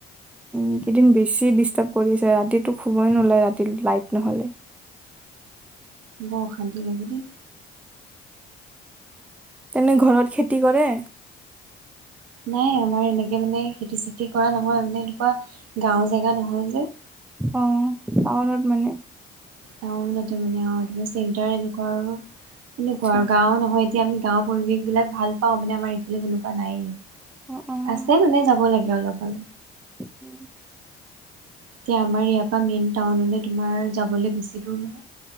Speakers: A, in the centre; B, on the right (about 55°).
A: এইকেইদিন বেছিয়ে ডিষ্টাৰ্ব কৰিছে, ৰাতিটো শুৱই নোলাই ৰাতি লাইট নহ'লে।
B: বৰ অশান্তি লাগে দেই।
A: তেনে ঘৰত খেতি কৰে?
B: নাই আমাৰ এনেকে মানে খেতি চেতি কৰা নহয় মানে, এনেকুৱা গাঁৱৰ জেগা নহয় যে।
A: অ, টাউনত মানে?
B: টাউনতে মানে আও, চেণ্টাৰ এনেকুৱা আৰু এনেকুৱা
A: আচ্ছা
B: আৰু
A: আচ্ছা
B: গাঁৱৰ নহয় এতিয়া আমি গাঁৱৰ পৰিৱেশবিলাক ভাল পাওঁ মানে, আমাৰ ইফালে তেনেকুৱা নাইয়ে।
A: অ' অ'।
B: আছে মানে যাব লাগে অলপমান।
A: উম।
B: এতিয়া আমাৰ ইয়াৰ পৰা মেইন টাউনলৈ তোমাৰ যাবলৈ বেছি দূৰ মানে,